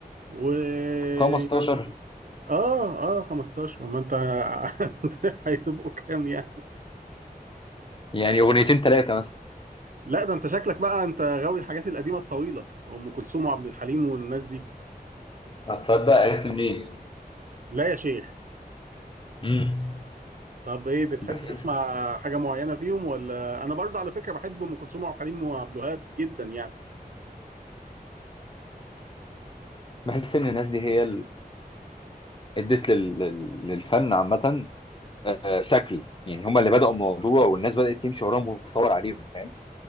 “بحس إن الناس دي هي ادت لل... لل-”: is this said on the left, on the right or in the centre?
Left